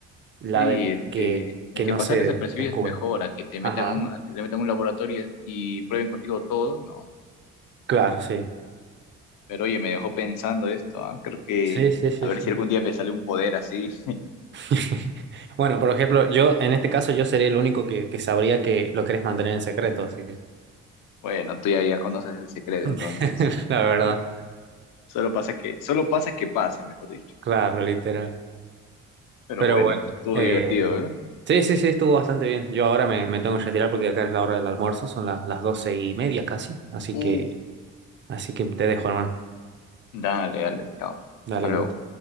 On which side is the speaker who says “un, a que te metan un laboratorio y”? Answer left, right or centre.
Left